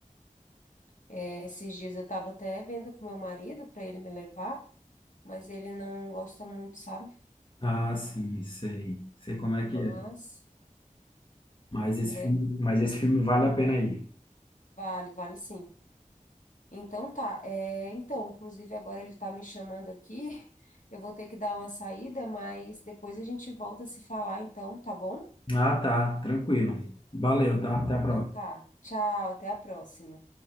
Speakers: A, on the left (about 65°); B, on the left (about 40°).
A: É, esses dias eu estava até vendo com meu marido para ele me levar, mas ele não gosta muito, sabe?
B: Ah, sim, sei. Sei como é
A: Mas
B: que é. Mas esse
A: é,
B: filme, mas esse filme vale a pena aí.
A: vale, vale sim. Então tá, é, então, inclusive agora ele tá me chamando aqui. <laughs> Eu vou ter que dar uma saída, mas depois a gente volta a se falar, então, tá bom?
B: Ah, tá, tranquilo. Valeu, tá? Até a próxima.
A: Então tá. Tchau, até a próxima.